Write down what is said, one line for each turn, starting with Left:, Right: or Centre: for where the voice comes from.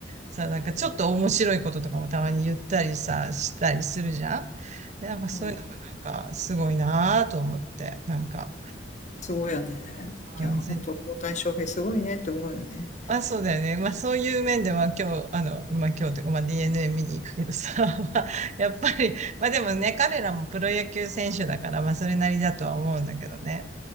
Right: さ、なんかちょっと面白いこととかもたまに言ったりさ、したりするじゃんでなんかそういうのがなんか、
Left: うん。
Right: すごいなぁと思って、なんか、
Left: すごいよね。いや、
Right: うん
Left: 本当交代翔平すごいねって思うよね。
Right: あ、そうだよね。まあそういう面では今日、あの、まあ今日というか、まあ DNA 見に行くけどさ、<laughs> まあやっぱり、まあでもね、彼らもプロ野球選手だから、まあそれなりだとは思うんだけどね。